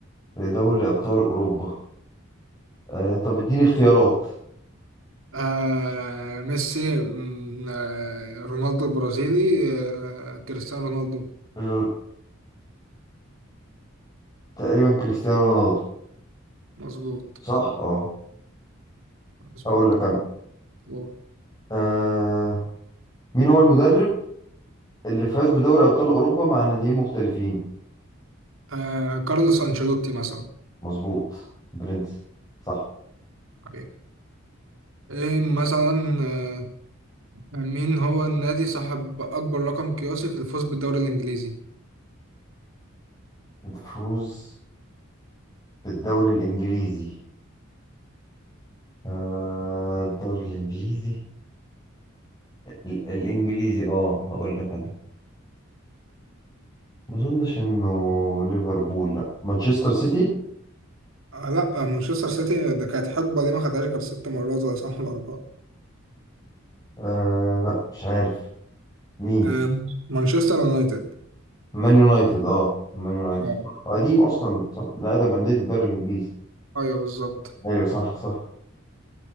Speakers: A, on the left (about 20°); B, on the right (about 75°).
A: لدوري أبطال أوروبا آه طب اديني اختيارات
B: آه ميسي مم، آه رونالدو البرازيلي آه كريستيانو رونالدو
A: ر- تقريبا كريستيانو رونالدو
B: مظبوط
A: صح اه
B: مظبوط
A: هقول لك انا
B: واو.
A: آه مين هو المدرب اللي فاز بدوري أبطال أوروبا مع ناديين مختلفين
B: آه كارلوس أنشيلوتي مثلا
A: مظبوط برنس صح
B: حبيبي. ايه مثلا آه مين هو النادي صاحب أكبر رقم قياسي في الفوز بالدوري الإنجليزي؟
A: الفوز بالدوري الإنجليزي آه الدوري الإنجليزي ال- الإنجليزي اه هقول لك انا ما اظنش انه ليفربول لا مانشستر سيتي
B: آه لا مانشستر سيتي ده كانت حقبة دي ما خدهاش غير ست مرات ولا سبع مرات
A: آه لا مش عارف مين
B: آه مانشستر يونايتد
A: مان يونايتد اه مان يونايتد
B: آه
A: هو قديم اصلا صح من اقدم انديه الدوري الانجليزي
B: أيوه بالظبط
A: ايوه صح صح